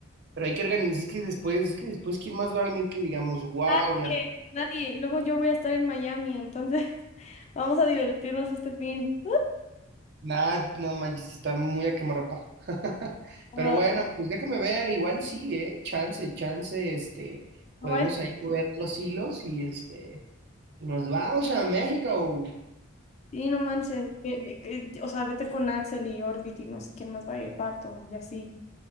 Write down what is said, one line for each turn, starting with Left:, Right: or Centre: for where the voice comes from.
Right: pero hay que organizar, es que después, es que después, ¿quién más va a venir que digamos, wow,
Left: Nadie, nadie. Y luego yo voy a estar en Miami, entonces <laughs> vamos a divertirnos este fin.
Right: Nah, no manches, está muy a quemarropa. <laughs>
Left: Ah,
Right: Pero bueno, pues déjame ver, igual y sí, eh, chance, chance, este,
Left: no
Right: podemos
Left: vaya-
Right: ahí mover los hilos y este, y nos vamos a México.
Left: Sí, no manches. que- que- que- o sea, vete con Axel y Orbit y no sé quién más va a ir, Pato, y así.